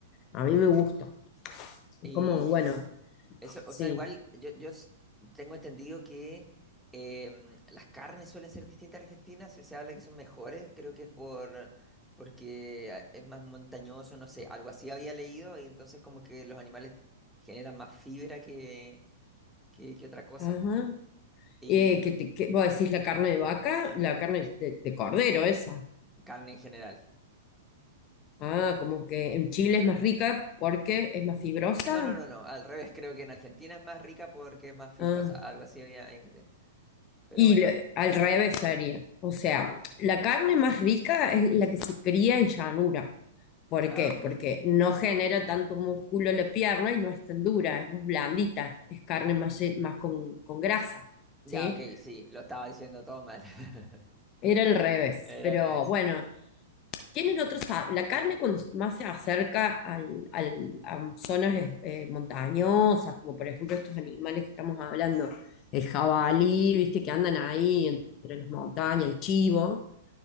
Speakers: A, on the left; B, in the centre.
A: A mí me gusta.
B: Y
A: Es como, bueno,
B: eso, o
A: sí.
B: sea, igual yo, yo s- tengo entendido que em, las carnes suelen ser distintas en Argentina, se, se habla que son mejores, creo que es por porque ah, es más montañoso, no sé, algo así había leído y entonces como que los animales generan más fibra que, que, que otra cosa.
A: Ajá.
B: Y
A: Eh, que te,
B: ujú,
A: que, vos decís la carne de vaca, la carne de, de cordero esa.
B: carne en general.
A: Ah, como que en Chile es más rica porque es más fibrosa.
B: No, no, no, no, al revés, creo que en Argentina es más rica porque es más fibrosa,
A: Ah,
B: algo así había en- Pero
A: y
B: bueno,
A: le- al revés sería. O sea, la carne más rica es la que se cría en llanura. ¿Por
B: ah,
A: qué?
B: ok.
A: Porque no genera tanto músculo la pierna y no es tan dura, es más blandita, es carne más, lle- más con, con grasa,
B: Ya,
A: ¿sí?
B: ok, sí, lo estaba diciendo todo mal. <laughs>
A: Era el revés,
B: Era
A: pero
B: al revés.
A: bueno, tienen otros, sa- la carne cuando más se acerca al, al- a zonas eh, eh, montañosas, como por ejemplo estos animales que estamos hablando, el jabalí, viste, que andan ahí entre las montañas, el chivo,